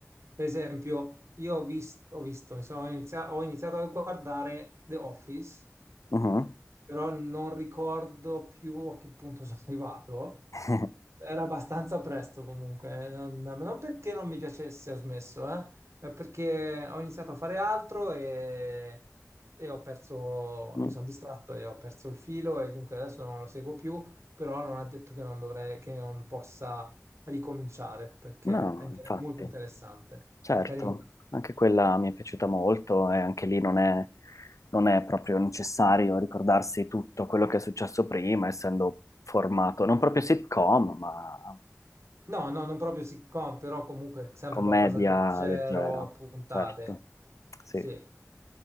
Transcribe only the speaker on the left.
Mhm.
<laughs>
Mm.
No,
infatti.
Certo,
anche quella mi è piaciuta molto e anche lì non è, non è proprio necessario ricordarsi tutto quello che è successo prima, essendo formato non proprio sitcom, ma
commedia
leggera,
certo. Sì.